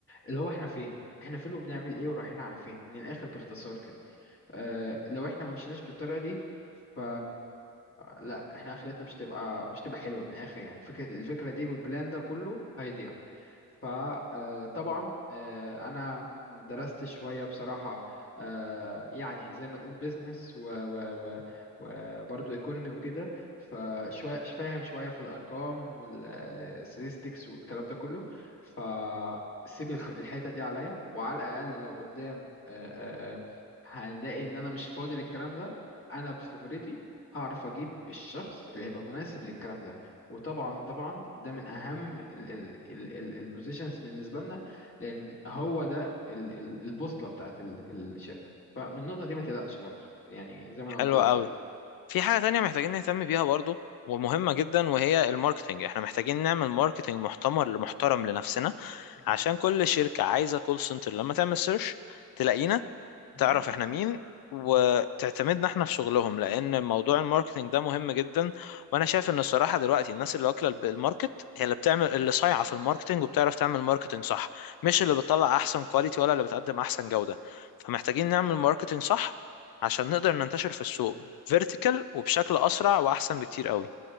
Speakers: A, on the left; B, on the left.
A: اللي هو احنا فين احنا فين وبنعمل ايه ورايحين على فين من الاخر باختصار كده اه لو احنا ما مشيناش بالطريقه دي ف لا احنا اخرتنا مش تبقى مش تبقى حلوه من الاخر يعني فكره الفكره دي والبلان ده كله هيضيع فطبعا انا درست شويه بصراحه آه، يعني زي ما تقول بيزنس و و و وبرضه ايكونومي وكده فشويه فاهم شويه في الارقام والستاتستكس والكلام ده كله فسيب الخ- الحته دي عليا وعلى الاقل لو قدام آه، آه، آه، هنلاقي ان انا مش فاضي للكلام ده انا بخبرتي هعرف اجيب الشخص اللي هيبقى مناسب للكلام ده وطبعا طبعا ده من اهم البوزيشنز بالنسبه لنا لان هو ده ال- ال- البوصله بتاعت ال- الشركه فمن النقطه دي ما تقلقش برضو يعني زي ما
B: حلو
A: انا قلت لك
B: قوي
A: كده.
B: في حاجة تانية محتاجين نهتم بيها برضو ومهمة جدا وهي الماركتينج احنا محتاجين نعمل ماركتينج محتمر محترم لنفسنا
A: مهم.
B: عشان كل شركة عايزة كول سنتر لما تعمل سيرش تلاقينا
A: مهم.
B: تعرف احنا مين وتعتمدنا احنا في شغلهم لان موضوع الماركتينج ده مهم جدا وانا شايف ان الصراحه دلوقتي الناس اللي واكله الب- الماركت هي اللي بتعمل اللي صايعه في الماركتينج وبتعرف تعمل ماركتينج صح مش اللي بتطلع احسن كواليتي ولا اللي بتقدم احسن جوده فمحتاجين نعمل ماركتينج صح عشان نقدر ننتشر في السوق فيرتيكال وبشكل اسرع واحسن بكتير قوي